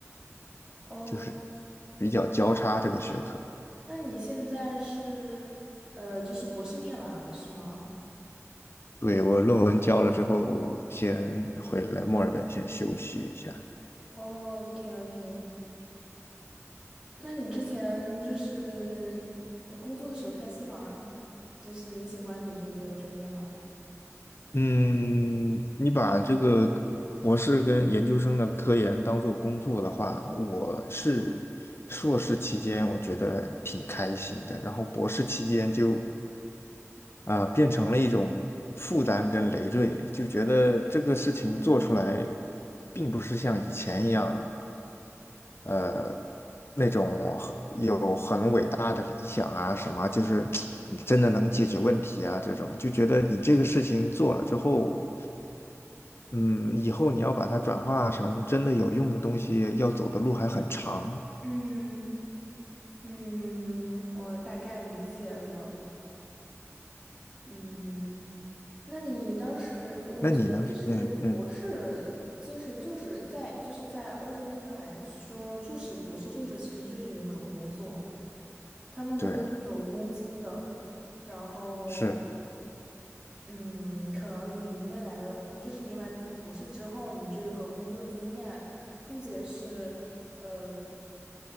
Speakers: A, on the right; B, on the left.
A: <laughs> 哦，
B: 就是比较交叉这个学科。
A: 那你现在是呃，就是博士念完了是吗？
B: 对，我论文交了之后，先回来墨尔本先休息一下。
A: 哦，OK OK，那你之前就是呃工作的时候开心吗？就是你喜欢你这个专业吗？
B: 嗯，你把这个博士跟研究生的科研当做工作的话，我是硕士期间我觉得挺开心的，然后博士期间就啊、呃变成了一种负担跟累赘，就觉得这个事情做出来并不是像以前一样呃那种很有很伟大的理想啊，什么就是你真的能解决问题啊，这种就觉得你这个事情做了之后，嗯，以后你要把它转化成真的有用的东西，要走的路还很长。
A: 嗯嗯，我大概理解了。嗯，那你当时，我觉得其实博士其实就是在就是在欧洲这边来说，
B: 那你呢？嗯嗯，
A: 就是博士就是其实就是有一个种工作，他们都是有工资的，
B: 对，
A: 然后
B: 是。
A: 嗯，可能你未来的就是你完博士之后，你这个工作经验不仅是。呃。